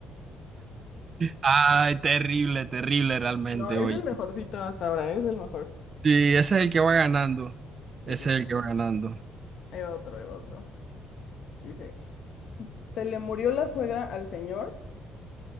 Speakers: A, on the right (about 40°); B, on the left (about 65°).
A: Ay, terrible, terrible realmente
B: No, es
A: hoy.
B: el mejorcito hasta ahora, es el mejor.
A: Sí, ese es el que va ganando.
B: Ok,
A: Ese es el que va ganando.
B: ahí va otro, ahí va otro. Dice, se le murió la suegra al señor